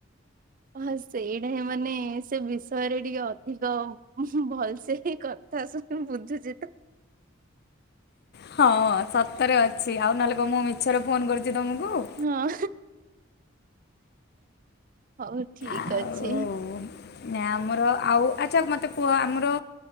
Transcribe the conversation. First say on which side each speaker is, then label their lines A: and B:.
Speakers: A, on the right; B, on the left.
A: ହ ସେଇଟା ହିଁ ମାନେ ସେ ବିଷୟରେ ଟିକେ ଅଧିକ ଭଲସେ ହିଁ କ ତା ସୁ ବୁଝୁଛି ତ।
B: ହଁ ସତରେ ଅଛି ଆଉ ନହେଲେ କହ ମୁଁ ମିଛରେ ଫୋନ କରୁଛି ତମକୁ।
A: ହଁ ହଉ ଠିକ
B: ଆଉ
A: ଅଛି।
B: ନା ଆମର ଆଉ ଆଚ୍ଛା ମୋତେ କୁହ ଆମର